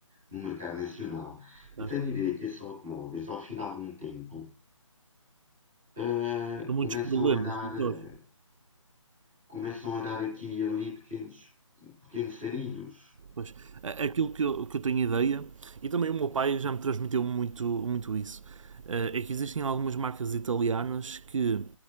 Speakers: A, in the centre; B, on the right.
A: no mercado nacional,
B: Certo.
A: eu tenho a ideia que esses automóveis, ao fim de algum tempo, eh,
B: Há muitos
A: começam
B: problemas,
A: a dar,
B: doutor.
A: eh, começam a dar aqui e ali pequenos, pequenos sarilhos.
B: Pois, aquilo que eu, que eu tenho ideia, e também o meu pai já me transmitiu muito, muito isso, eh, é que existem algumas marcas italianas que